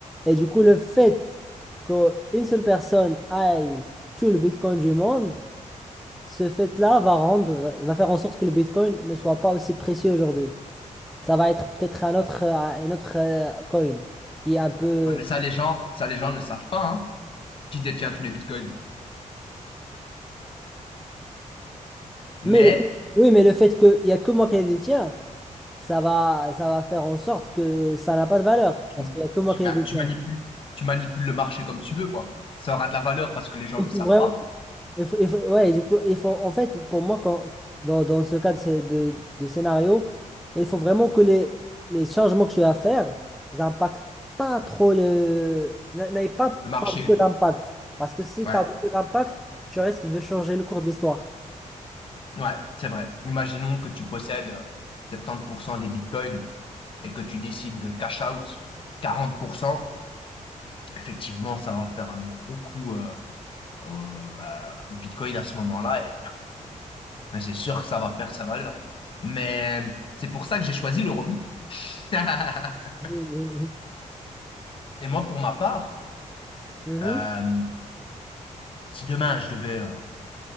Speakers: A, in the centre; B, on the left.
A: Et du coup, le fait qu'une seule personne aille tout le bitcoin du monde, ce fait-là va rendre, va faire en sorte que le bitcoin ne soit pas aussi précieux aujourd'hui. Ça va être peut-être un autre, euh, un autre euh, coin qui est un peu.
B: Ouais, mais ça, les gens, ça, les gens ne savent pas, hein, qui détient tous les bitcoins. Mais
A: Mais le... Oui, mais le fait qu'il y a que moi qui les détiens. ça va, ça va faire en sorte que ça n'a pas de valeur,
B: tu,
A: parce qu'il n'y a que moi
B: tu-
A: qui
B: bah,
A: ai dessiné.
B: tu manipules,
A: <laughs>
B: tu manipules le marché comme tu veux, quoi. Ça aura de la valeur parce que les gens
A: Il
B: ne le
A: faut
B: savent
A: vraiment,
B: pas.
A: il faut, il faut- ouais, du coup, il faut, en fait, pour moi, quand, dans, dans ce cas de, scé- de, de scénario, il faut vraiment que les, les changements que tu vas faire n'impactent pas trop le... n'a- n'aient pas,
B: Le marché,
A: pas beaucoup d'impact. Parce que si
B: ouais,
A: tu as beaucoup d'impact, tu risques de changer le cours d'histoire.
B: ouais, c'est vrai. Imaginons que tu possèdes euh, 70% des bitcoins et que tu décides de cash out 40%. effectivement, ça va faire un gros coup euh, au, euh, au Bitcoin à ce moment-là et ben, c'est sûr que ça va perdre sa valeur. Mais c'est pour ça que j'ai choisi l'Euromi. <laughs>
A: Mhm,
B: Et moi, pour ma part,
A: mhm,
B: euh, si demain je devais euh,